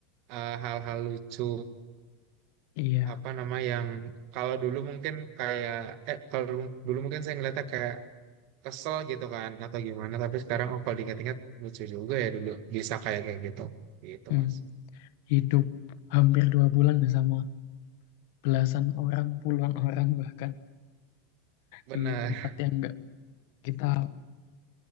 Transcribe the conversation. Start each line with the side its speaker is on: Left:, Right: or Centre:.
Right: eh, hal-hal lucu
Left: iya.
Right: apa nama yang kalau dulu mungkin kayak eh kalau dulu dulu mungkin saya ngeliatnya kayak kesel gitu kan atau gimana tapi sekarang oh, kalau diingat-ingat lucu juga ya dulu bisa kayak kayak gitu gitu
Left: Hmm,
Right: mas
Left: Hidup hampir dua bulan ya sama belasan orang, puluhan orang bahkan
Right: benar
Left: di tempat yang nggak kita